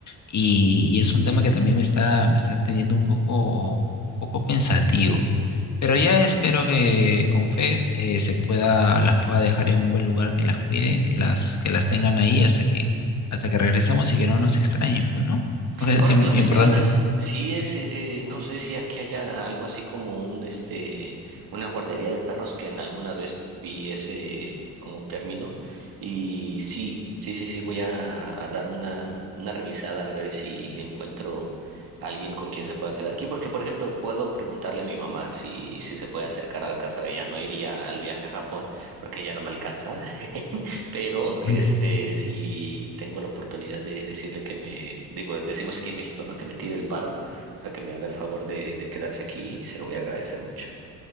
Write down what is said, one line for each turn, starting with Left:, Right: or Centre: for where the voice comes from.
Left: Y, y es un tema que también me está, me está teniendo un poco, un poco pensativo. Pero ya espero que con fe eh, se pueda, las pueda dejar en un buen lugar, que las cuiden, que las, que las tengan ahí hasta que, hasta que regresemos y que no nos extrañen, bueno, porque
Right: Ahora
Left: es im-
Right: que lo mencionas,
Left: importante.
Right: sí es, eh, no sé si aquí haya algo así como un, este, una guardería de perros que en alguna vez vi ese como término y sí, sí, sí, sí, voy a, a dar una, una revisada a ver si encuentro a alguien con quien se pueda quedar aquí, porque por ejemplo puedo preguntarle a mi mamá si, si se puede acercar a la casa, ella no iría al viaje a Japón porque ya no me alcanza, <laughs> Pero este,
Left: <laughs>
Right: si tengo la oportunidad de decirle que me, digo, decimos aquí en México, ¿no? Que me tire el paro, o sea, que me haga el favor de, de quedarse aquí y se lo voy a agradecer mucho.